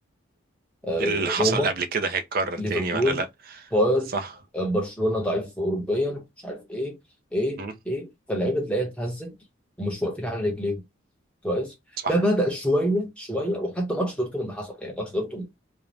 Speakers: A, in the centre; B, on the right (about 45°).
A: آه،
B: اللي حصل
A: روما
B: قبل كده هيتكرر
A: ليفربول
B: تاني ولا لأ
A: باير
B: صح
A: آه، برشلونة ضعيف اوروبيا مش عارف ايه ايه
B: مم.
A: ايه فاللعيبه تلاقيها اتهزت ومش واقفين على رجليهم كويس
B: صح
A: ده بدأ شويه شويه وحتى ماتش دورتموند حصل يعني ماتش دورتموند